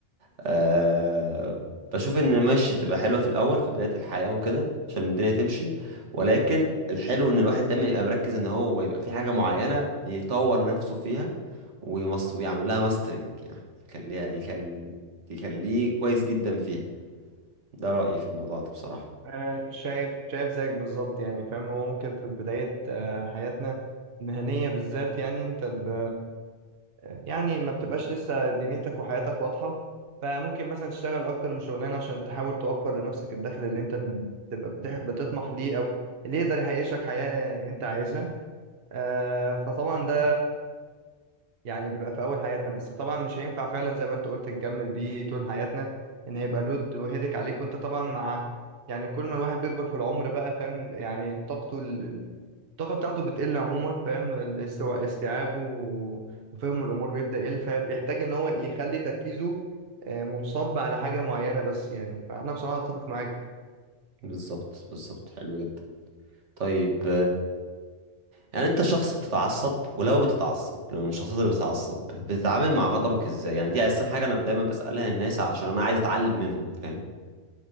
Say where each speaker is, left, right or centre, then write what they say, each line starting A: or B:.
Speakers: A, on the right; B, on the right.
A: أه بشوف ان ماشي تبقى حلوه في الاول في بدايه الحياه وكده عشان الدنيا تمشي ولكن الحلو ان الواحد دايما يبقى مركز ان هو يبقى في حاجه معينه بيطور نفسه فيها ويمس... ويعمل لها ماسترنج يعني يخليها يخل... يخليه كويس جدا فيها ده رايي في الموضوع ده بصراحه
B: أنا شايف شايف زيك بالظبط يعني فاهم هو ممكن في بداية آه، حياتنا المهنية بالذات يعني أنت ب... يعني ما بتبقاش لسه دنيتك وحياتك واضحة فممكن مثلا تشتغل أكتر من شغلانة عشان تحاول توفر لنفسك الدخل اللي أنت بتبقى بتح- بتطمح ليه أو اللي يقدر يعيشك حياة أنت عايزها آه، فطبعا ده يعني بيبقى في اول حياتنا بس طبعا مش هينفع فعلا زي ما انت قلت نكمل بيه طول حياتنا ان هيبقى لود وهيدك عليك وانت طبعا مع يعني كل ما الواحد بيكبر في العمر بقى فاهم يعني طاقته ال... ال- الطاقة بتاعته بتقل عموما فاهم الاستواء استيعابه و- وفهمه الامور بيبدأ يقل فبيحتاج ان هو يخلي تركيزه آه، منصب على حاجة معينة بس يعني فانا بصراحة اتفق معاك
A: بالظبط بالظبط حلو جدا طيب يعني انت شخص بتتعصب ولو بتتعصب لو من الشخصيات اللي بتتعصب بتتعامل مع غضبك ازاي يعني دي اساسا حاجه انا دايما بسالها الناس عشان انا عايز اتعلم منهم فاهم